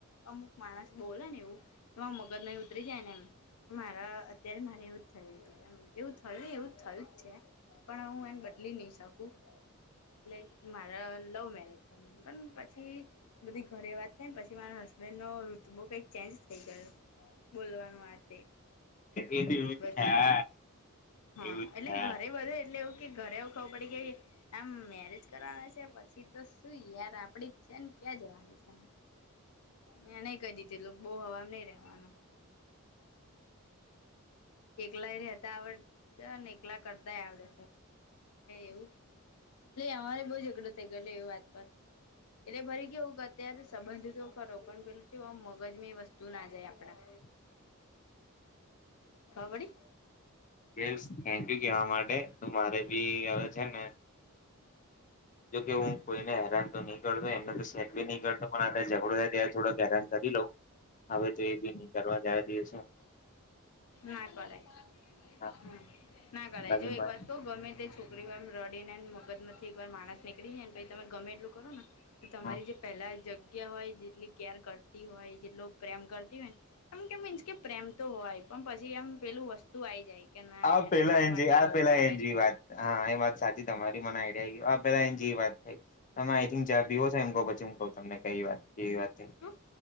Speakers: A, on the left (about 85°); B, on the left (about 35°).
A: અમુક માણસ બોલે ને એવું તો મગજને ઉતરી જાય ને એમ મારા. અત્યારે મારે એવું જ થયું તું, એવું થયું ને એવું થયું જ છે. પણ હું એને બદલી નહી શકું એટલે મારા લવ મેરેજ. પણ પછી બધી ઘરે વાત થઈ ને પછી મારા હસબેન્ડ નો ઋતબો કઈક ચેન્જ થઈ ગયો. બોલવાનું, આ તે.
B: એું એવું જ
A: બધી
B: થાય
A: હા,
B: એવું જ
A: એટલે
B: થાય
A: ઘરે બધે એટલે. કે ઘરે એવું ખબર પડી ગઈ આમ મેરેજ કરવાના છે પછી તો શું યાર આપડી જ છે ને. ક્યાં જવાનું છે. મેં નહી કહી દીધી એ બહૂ હવામાં નહિ રેવાનું. એકલાય રહેતા આવડ, એકલા કરતાય આવડે. એવું અમારે બહ ઝઘડો થઈ ગેલો એ વાત પર એટલે ભરી કેવું કે અત્યારે સંબંધ તો ખરો પણ પેલું આમ મગજ વસ્તુ ના જાય આપડા
B: <unintelligible> <inaudible>
A: ખબર પડી
B: થેક યુ કેવા માટે, મારે ભી હવે છે ને જોકે હું કોઈને હેરાન તો નહી કરતો એમને ક બી નહી કરતો પણ આ ઝઘડો થાય ત્યારે થોડો હેરાન કરી લઉ, હવે જો એ બી નહી કરવા જ દિવ
A: ના કરાય,
B: હા
A: હ ના કરાય
B: બાકી
A: જો એક વાત તો ગમે તે છો છોકરીમા રડી ને મગજ માંથી એક વાર માણસ નીકળી જાય ને પછી તમે એટલું કરો ને તો તમારી
B: હા
A: જે પહેલા જ હોય, જેટલી કેર કરતી હોય, જેટલો પ્રેમ કરતી હોયને એમ કે મીન્સકે પ્રેમ તો હોય પણ પછી એમ પેલું વસ્તુ આઈ જાય. કે ના
B: આ
A: એને
B: પેલા
A: મારા માટે
B: એ આ
A: આવું
B: પેલા
A: કર્યું
B: એ જે
A: તું
B: વાત હા એ વાત. સાચી તમારી મને આઈડિયા ગયો પેલા એ જેવી વાત થઈ તમે આઈ થિક ચા પિલો છો એમ‌ કવ પછી. તમને કઈ વાત કેવી વાત,
A: શું